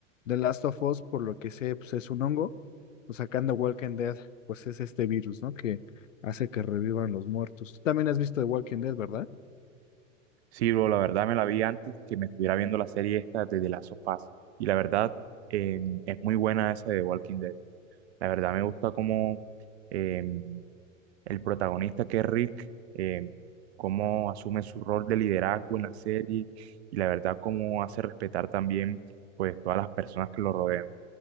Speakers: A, on the left; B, on the right.
A: The Last of Us, por lo que sé, pues es un hongo, pues sacando Walking Dead, pues es este virus, ¿no? Que hace que revivan los muertos. Tú también has visto The Walking Dead, ¿verdad?
B: sí, bro, la verdad me la vi antes que me estuviera viendo la serie esta de The Last of Us. Y la verdad eh, es muy buena esa de Walking Dead. La verdad me gusta cómo em, el protagonista que es Rick, eh, cómo asume su rol de liderazgo en la serie y la verdad cómo hace respetar también pues todas las personas que lo rodean.